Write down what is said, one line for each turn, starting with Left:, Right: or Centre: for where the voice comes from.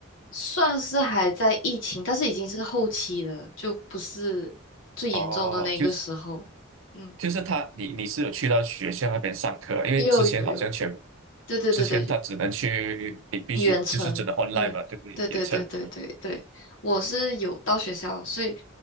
Left: 算是还在疫情，但是已经是后期了，就不是最严重的那个时候，
Right: 哦，就是
Left: 嗯，
Right: 就是他，你你是有去到学校那边上课啊，因为之前好像全部，
Left: 又有有，对对对对，
Right: 之前他只能去，你必须就是真的
Left: 远程，
Right: online
Left: 嗯，
Right: 嘛，对不对？
Left: 对对对对对对，
Right: 远程，
Left: 我是有到学校，所以。